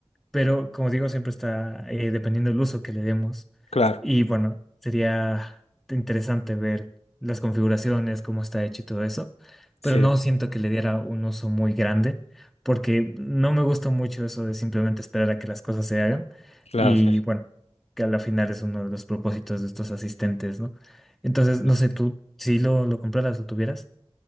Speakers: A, in the centre; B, on the left (about 80°).
A: Pero como digo, siempre está eh, dependiendo del uso que le demos.
B: Claro,
A: Y bueno, sería interesante ver las configuraciones, cómo está hecho y todo eso. Pero
B: sí,
A: no siento que le diera un uso muy grande, porque no me gusta mucho eso de simplemente esperar a que las cosas se hagan.
B: claro,
A: Y
B: sí.
A: bueno, que a la final es uno de los propósitos de estos asistentes, ¿no? Entonces,
B: sí.
A: no sé, tú si lo, lo compraras, lo tuvieras.